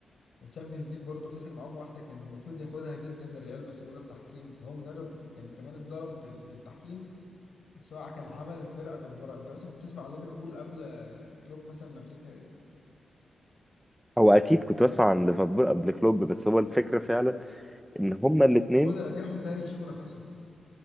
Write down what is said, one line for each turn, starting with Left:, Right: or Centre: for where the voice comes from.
Left: والتشامبيونز ليج برضه خسر معاهم واحده كان المفروض ياخدها جدا من ريال بس لولا التحكيم فهو مدرب يعني كمان اتظلم في ال- في التحكيم بس هو كان عمل فرقه جباره انت اصلا كنت تسمع عن ليفربول قبل كلوب مثلا ما يمسكها دي
Centre: هو اكيد كنت بسمع عن ليفربول قبل كلوب بس هو الفكره فعلا ان هما الاثنين
Left: هو اللي رجعهم تاني يشموا نفسهم